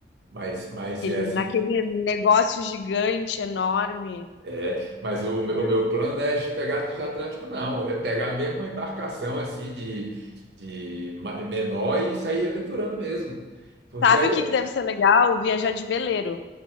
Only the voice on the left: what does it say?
aquele,
naquele negócio gigante, enorme,
né?
Sabe
o que que deve ser legal? Viajar de veleiro.